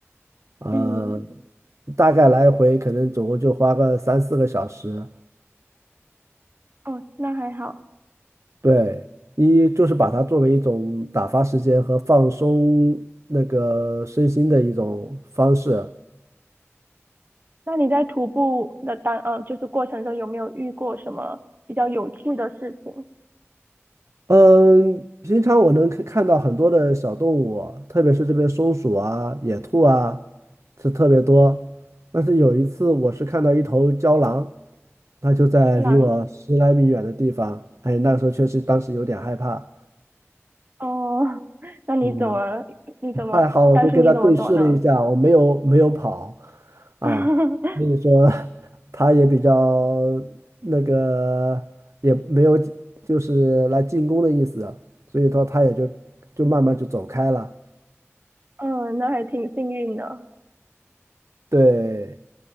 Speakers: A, on the right; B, on the right.
A: 呃，
B: 嗯，
A: 大概来回可能总共就花个三四个小时。
B: 哦，那还好。
A: 对，一就是把它作为一种打发时间和放松那个身心的一种方式，
B: 那你在徒步的当呃就是过程中有没有遇过什么比较有趣的事情？
A: 嗯，平常我能看看到很多的小动物，特别是这边松鼠啊、野兔啊，是特别多。但是有一次，我是看到一头郊狼，它就在离我十来米远的地方。
B: 狼？
A: 哎，那个时候确实当时有点害怕。
B: 哦，<laughs> 那你怎么你怎么当时你怎么做呢？
A: 嗯。还好，我就跟他对视了一下，我没有没有跑啊，
B: <laughs>
A: 所以说他也比较那个，也没有就是来进攻的意思，所以说他也就就慢慢就走开了。
B: 嗯，那还挺幸运的。
A: 对，